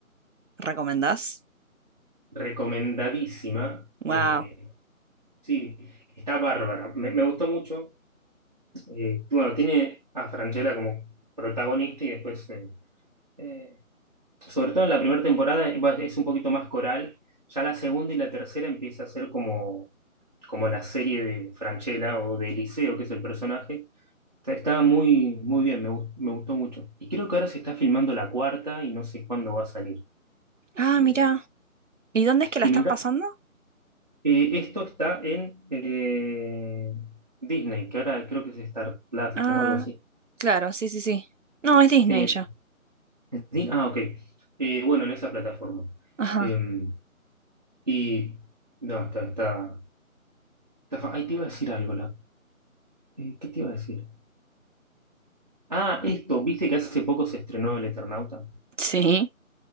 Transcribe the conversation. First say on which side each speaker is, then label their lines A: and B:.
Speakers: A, on the right (about 60°); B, on the right (about 30°).
A: ¿recomendás?
B: recomendadísima.
A: Wow.
B: Eh, sí, está bárbara. Me, me gustó mucho. Eh, bueno, tiene a Franchella como protagonista y después... eh, eh, Sobre todo en la primera temporada va- es un poquito más coral. Ya la segunda y la tercera empieza a ser como, como la serie de Franchella o de Eliseo, que es el personaje. Está, está muy, muy bien, me, gus- me gustó mucho. Y creo que ahora se está filmando la cuarta y no sé cuándo va a salir.
A: Ah,
B: Eh,
A: mira. ¿Y dónde es que la
B: y
A: están
B: me encanta.
A: pasando?
B: eh, esto está en eh, Disney, que ahora creo que es Star Plus,
A: Ah,
B: ¿no? Algo así.
A: claro, sí, sí, sí. No, es Disney
B: Eh,
A: ya.
B: Di- ah, ok. Eh, bueno, en esa plataforma.
A: Ajá.
B: Em, y no, está, está. Tafa- Ay, te iba a decir algo, la- eh, ¿qué te iba a decir? Ah, esto, ¿viste que hace poco se estrenó El Eternauta?
A: Sí.